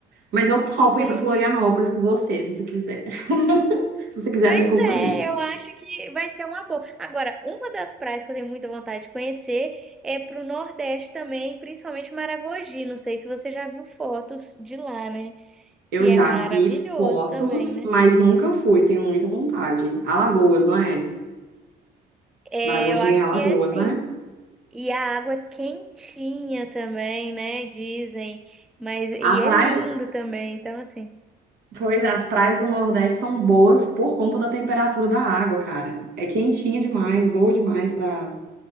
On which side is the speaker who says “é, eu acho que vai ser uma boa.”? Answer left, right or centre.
Centre